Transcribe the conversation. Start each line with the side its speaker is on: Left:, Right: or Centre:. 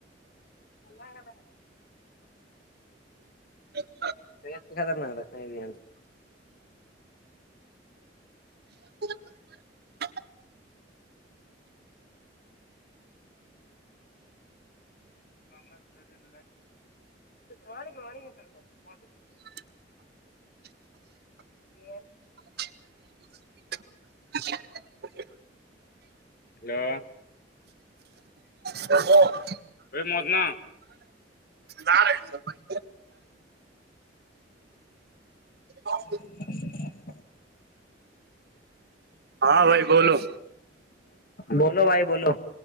Left: ہ
Right: ہ
Left: تو سے خطرناک رس ہیں بھی
Right: گب
Left: مر کر ل والا گ والا گ سوپ مے
Right: <inaudible>
Left: پین
Right: <unintelligible>
Left: ہیلو
Right: ا
Left: ا متنا
Right: زا رہے س بھائی ب
Left: اس
Right: ہاں بھائی بولو
Left: بولو بھائی بولو